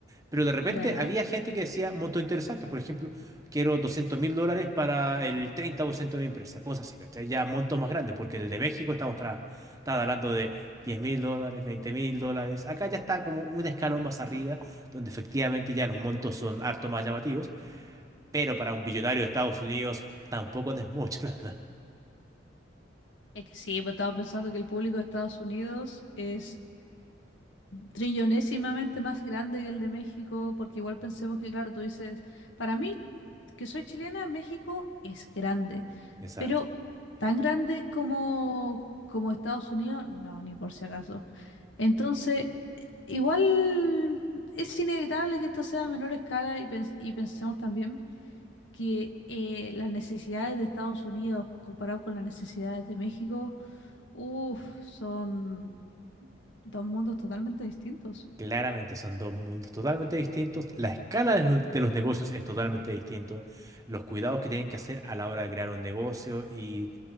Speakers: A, on the right; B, on the left.
A: Pero de repente
B: ya, ya.
A: había gente que decía montos interesantes, por ejemplo, quiero doscientos mil dólares para el 30% de mi empresa, cosas así, ¿cachai? Ya montos más grandes, porque en el de México estamos tra- está hablando de diez mil dólares, veinte mil dólares. Acá ya está como un escalón más arriba, donde efectivamente ya los montos son harto más llamativos. Pero para un billonario de Estados Unidos tampoco no es mucho, <laughs> la verdad.
B: Es que sí, pues estaba pensando que el público de Estados Unidos es trillonésimamente más grande que el de México, porque igual pensemos que, claro, tú dices, para mí, que soy chilena, México es grande,
A: Exacto.
B: pero tan grande como, como Estados Unidos, no, ni por si acaso. Entonces, igual es inevitable que esto sea a menor escala y, pens- y pensemos también que eh, las necesidades de Estados Unidos comparado con las necesidades de México, uff, son Dos mundos totalmente distintos.
A: Claramente son dos mundos totalmente distintos. La escala de los, de los negocios es totalmente distinto. Los cuidados que tienen que hacer a la hora de crear un negocio y